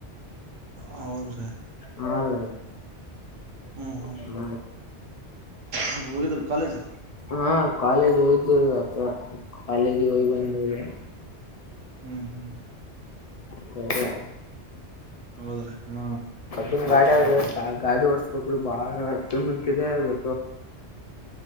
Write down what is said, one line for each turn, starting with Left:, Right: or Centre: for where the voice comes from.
Right: ಹೌದ್ರಿ
Left: ಹಾ ರ
Right: ಹ್ಮ್
Left: ಹ್ಮ
Right: ಹ್ಮ್ ಹೋಗಿದ್ರಿ ಕಾಲೇಜ್
Left: ಹಾ ಕಾಲೇಜ್ ಹಯ್ದೇವರು ಆತ್ರ ಕಾಲೇಜಿಗೆ ಹೋಗ್ ಬಂದವ
Right: ಹ್ಮ್ ಹ್ಮ್ ಹ್ಮ್
Left: ಸದ
Right: ಹೌದ್ರಿ ಹ್ಮ
Left: ನ್ ಗಾಡಿ ಆದ್ರಿ ಗಾಡಿ ಹೊರ್ಸ್ಬೇಕ್ರಿ ಬಾಳ ಮಂಟ್ದೆ ಇ